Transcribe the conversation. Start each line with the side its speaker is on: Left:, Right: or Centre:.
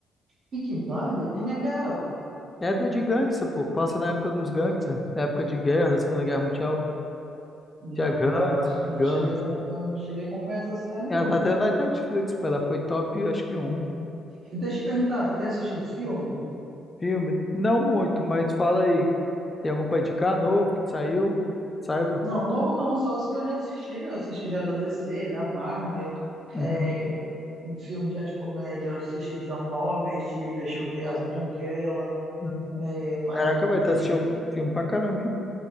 Right: Peaky Blinders, como é que é ela?
Left: É do de gangster, pô. Passa na época dos gangsters, na época de guerra, da Segunda Guerra Mundial.
Right: Não,
Left: Tinha gangsters,
Right: cara, eu acho,
Left: ciganos.
Right: não cheguei a, acom- eu não cheguei a acompanhar essa série,
Left: Ela
Right: não.
Left: tá até na Netflix, pô. Ela foi top, acho que um
Right: E Deixa eu te perguntar, tu tem assistido filme?
Left: filme. Não muito, mas fala aí. Tem algum pra indicar novo que saiu? Saiba.
Right: Não, novo não, só os que eu já assisti. Eu assisti já da DC, da Marvel,
Left: Uhum.
Right: é, um filme já de comédia, eu assisti já o Norbert, deixa eu ver, As Branquelas,
Left: uhum.
Right: é, mais
Left: Caraca,
Right: de, de-
Left: vai, estar assistindo filme pra caramba, hein?